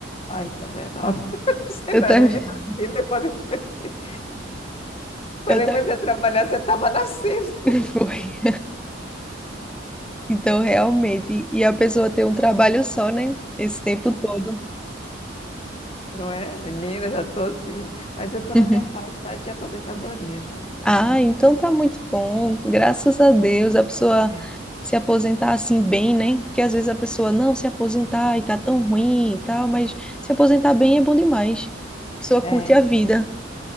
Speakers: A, on the left; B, in the centre.
A: Ai, tá vendo? <laughs> Você
B: Eu
A: não
B: também,
A: era nem nascida quando eu comecei. Quando
B: eu também
A: eu comecei a trabalhar, você estava nascendo,
B: <laughs> foi. Então, realmente, e a pessoa tem um trabalho só, né? Esse tempo todo.
A: não é? Menina, já tô assim. Mas eu tô
B: <laughs>
A: na minha fase já de aposentadoria já. Já
B: Ah,
A: tô.
B: então tá muito bom. Graças a Deus, a pessoa
A: É,
B: se aposentar assim bem, né? Porque às vezes a pessoa não se aposentar e tá tão ruim e tal, mas se aposentar bem é bom demais. A pessoa
A: é,
B: curte a vida.